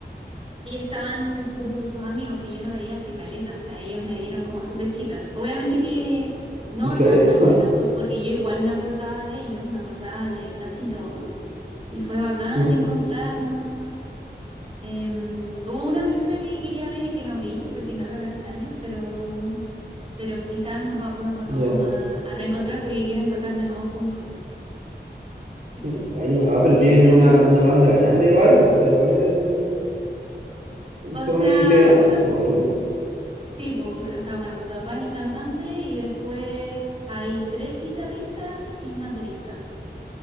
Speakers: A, on the right; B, on the right.
A: Y estaban su- sus amigos que yo no veía hace caleta, o sea, ellos me vieron como súper chica. Obviamente que no
B: ¿En serio?
A: tan tan
B: <laughs>
A: chica, por- porque yo igual me acordaba de ellos, me acordaba de casi todos. Y fue bacán
B: Mm,
A: encontrarnos. Em, hubo una persona que quería ver y que no vi, porque no la veo hace años, pero, pero quizás nos, va- nos volvamos
B: Ya.
A: a, a reencontrar porque quieren tocar de nuevo juntos. Sí.
B: Sí. Ahí- ah, pero
A: Y
B: tienen
A: tú,
B: una, una banda grande igual, o sea, igual eran... Son,
A: o
B: son
A: sea,
B: integrantes,
A: bueno.
B: po, ¿no?
A: Sí, pues, o sea, bueno, mi papá es el cantante y después hay tres guitarristas y un baterista.